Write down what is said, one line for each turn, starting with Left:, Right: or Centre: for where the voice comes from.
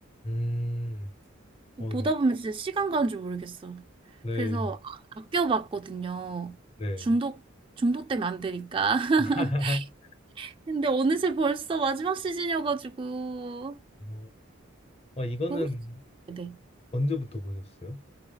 Left: 음, 어,
Right: 보다
Left: 네.
Right: 보면 진짜 시간 가는 줄 모르겠어.
Left: 네.
Right: 그래서 아- 아껴봤거든요.
Left: 네.
Right: 중독, 중독되면 안 되니까.
Left: <laughs>
Right: <laughs> 근데 어느새 벌써 마지막 시즌이어가지고.
Left: 어, 어, 이거는
Right: 그 혹시- 네.
Left: 언제부터 보셨어요?